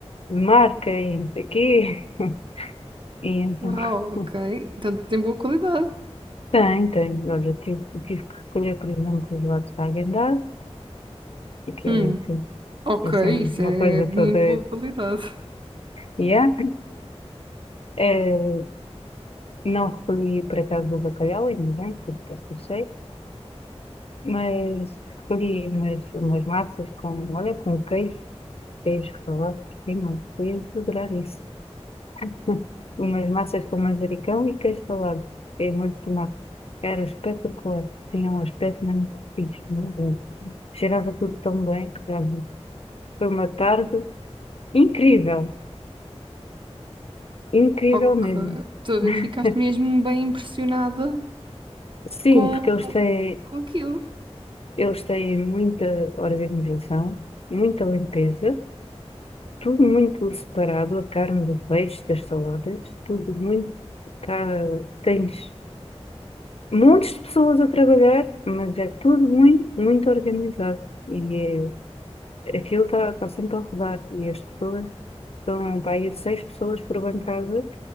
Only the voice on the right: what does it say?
Uau, ok.
Então tem boa qualidade.
Hum,
ok,
isso é
muito
boa qualidade.
Ok.
Estou a ver
que ficaste mesmo bem impressionada
com,
com aquilo.